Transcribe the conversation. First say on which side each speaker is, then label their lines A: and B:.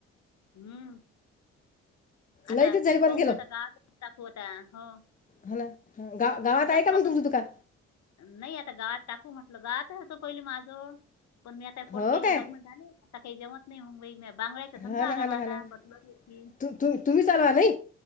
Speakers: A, on the left (about 55°); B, on the left (about 25°).
A: हम्म. आता
B: लयतीच झाले बंद
A: पाहुन
B: केलं
A: आता गातच टाकू होता हो.
B: हो ना हा, गाव गावात
A: दगदग
B: आहे का मग तुमचं दुकान
A: नाही आता गावात टाकू म्ह. गावातच होतो पहिले माझं पण मी आता
B: हो
A: पोट्ट्याचे
B: काय
A: लग्न झाले आता काही जमत नाही मुंबई मी. बांगडयचा
B: हा
A: धंदा
B: ना
A: आता
B: हा ना
A: मला
B: हा ना
A: पटलली होती.
B: तु तु तुम्ही चालवा नाही